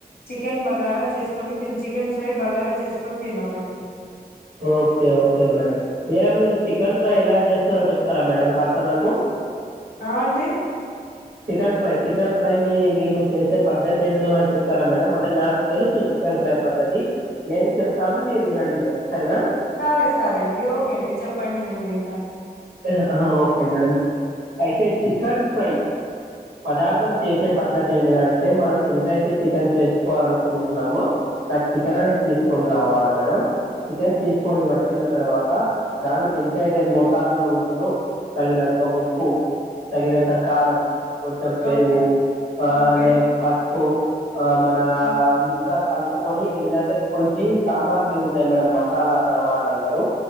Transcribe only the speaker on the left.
చికెన్ బగారా చేసుకొని తిన్ చికెన్ ఫ్రై బగారా చేసుకొని దిన్నామండి
ఆ అండి
సరే సరే అండి ఓకే అండి చెప్పండి నేను వింటాను
ఓకే
ఓకే
ఓకే